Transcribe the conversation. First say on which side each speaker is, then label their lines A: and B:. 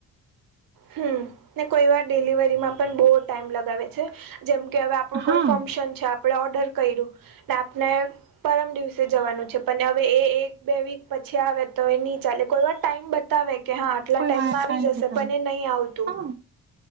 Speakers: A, on the right; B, on the right.
A: હમ ને કોઈ વાર ડિલિવરી માં પણ બહુ ટાઈમ લગાવે છે જેમ કે હવે આપણું
B: હા
A: કોઈ ફંક્શન છે આપણે ઓર્ડર કર્યું ને આપને પરમ દિવસે જવાનું છે પણ હવે એ એક બે વીક પછી આવે તો એ નહી ચાલે કોઈ વાર ટાઈમ બ બવે કે હા આટલા
B: કોઈ
A: ટાઈમમાં
B: વા ટાઈમ
A: આવી જશે
B: બતાવી
A: પણ એ નહી આવતું
B: હા